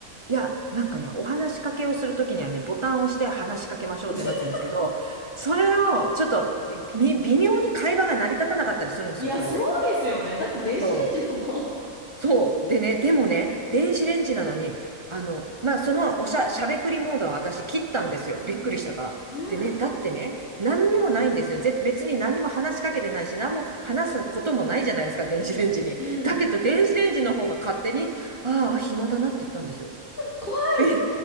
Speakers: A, on the right; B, on the left.
A: いや、なんかね、お話しかけをするときにはね、ボタンを押して話しかけましょうってなってるんですけど、
B: <laughs>
A: それをちょっとみ微妙に会話が成り立たなかったりするんですよ、
B: いや、
A: それで。
B: そうですよね。だって電子レンジだもん。
A: そう。そう。でね、でもね、電子レンジなのに、あの、まあ、そのおしゃ、しゃべくりモードは私切ったんですよ。
B: うん。
A: びっくりしたから。
B: ねえ。
A: でね、だってね、何にもないんですよ。ぜ、別に何にも話しかけてないし、何も話すこともないじゃないですか、電子レンジに。
B: うん。うん。
A: だけど、電子レンジの方が勝手に、ああ、暇だなって言ったんですよ。
B: 怖い。
A: <laughs> いや、